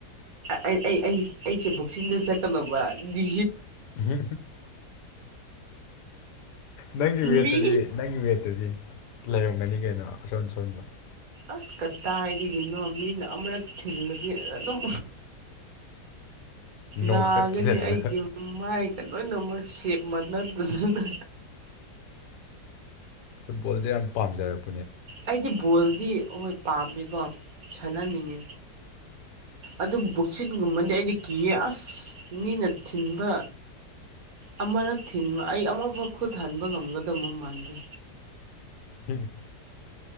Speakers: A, on the right (about 60°); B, on the left (about 80°).
A: ꯑꯩ ꯑꯩ ꯑꯩ ꯑꯩꯁꯦ ꯕꯣꯛꯆꯗ ꯆꯠꯀꯂꯧꯕ ꯗꯤ
B: ꯌꯦ ꯅꯪꯒꯤ ꯋꯦꯠꯇꯗꯤ
A: ꯃꯤ
B: ꯅꯪꯒꯤ ꯋꯦꯠꯇꯗꯤ ꯂꯩꯔꯝꯒꯅꯤ ꯀꯩꯅꯣ ꯑꯁꯣꯟ ꯑꯁꯣꯟꯕ
A: ꯑꯁ ꯀꯗꯥꯏꯗꯒꯤꯅꯣ ꯃꯤꯅ ꯑꯃꯨꯔꯛ ꯊꯤꯜꯂꯗꯤ ꯑꯗꯨꯝ
B: ꯅꯣꯛ
A: ꯅꯥꯒꯅꯤ
B: ꯆꯠꯈꯤꯗꯅꯦꯈ
A: ꯑꯩꯒꯤ ꯃꯥꯏꯒ ꯂꯣꯏꯅꯃꯛ ꯁꯦꯞ ꯃꯥꯅꯗꯗꯅ
B: ꯐꯨꯠꯕꯣꯜꯁꯦ ꯌꯥꯝ ꯄꯥꯝꯖꯔꯕꯕ
A: ꯑꯩꯗꯤ ꯕꯣꯜꯗꯤ ꯑꯩꯈꯣꯏ ꯄꯥꯝꯃꯦꯀꯣ ꯁꯥꯟꯅꯅꯤꯡꯉꯤ ꯑꯗꯨ ꯕꯨꯛꯁꯤꯠꯒꯨꯝꯕꯗꯤ ꯑꯩꯗꯤ ꯀꯤꯌꯦ ꯑꯁ ꯃꯤꯅ ꯊꯤꯟꯕ ꯑꯃꯔꯛ ꯊꯤꯟꯕ ꯑꯩ ꯑꯃꯐꯥꯎ ꯈꯨꯠ ꯍꯟꯕ ꯉꯝꯒꯗꯕ ꯃꯥꯟꯗꯦ
B: ꯍꯝ